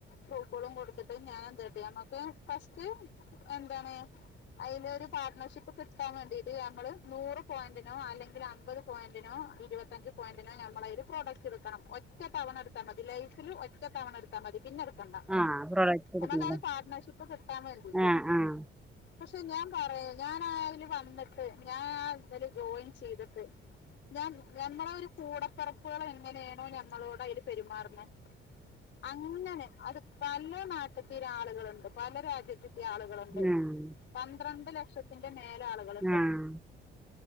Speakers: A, on the left; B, in the centre.
A: ഫൂക്കുകളും കൊടുത്തിട്ട് ഞാൻ എന്തട്ട ഫസ്റ്റ് എന്താണ് അതിന് ഒരു പാർട്ട്ണർഷിപ്പ് കിട്ടാൻ വേണ്ടീട്ട് നമ്മള് നൂറ് പോയിന്റിനോ അല്ലെങ്കിൽ അമ്പത് പോയിന്റിനോ ഇരുപത്തഞ്ച് പോയിന്റിന് നമ്മ പ്രൊഡക്ട് എടുക്കണം ഒറ്റ തവണ എടുത്താൽ മതി ലൈഫ ഒ തവണ എത്താ മതി പിന്നെ ണ്ട
B: ആഹ് പ്രൊഡക്റ്റ് എടുക്കുന്നതാ
A: നമക്ക അത് പാർട്ട്ണർഷിപ്പ് കിട്ടാൻ വേണ്ടിട്ട
B: ആഹ് ആഹ്
A: പക്ഷെ ഞാൻ പറയാ ഞാൻ ആതില് വന്നിട്ട് ഞാൻ ആ ഇന്നല് ജോയിൻ ചെയ്തിട്ട് ഞാൻ ഞമ്മള ഒരു കൂടപ്പറപ്പുകൾ എങ്ങനെയാണോ ഞമ്മളോട് അതിൽ പെരുമാറുന്നത് ഇങ്ങനെ അത് പല നാട്ടത്തി ആളുകളുണ്ട് പല രാജ്യത്തി ആളുകളുണ്ട്
B: ആഹ്
A: പന്ത്രണ്ട് ലക്ഷത്തിന്റെ മേല ആളുകളുണ്ട്
B: ആഹ്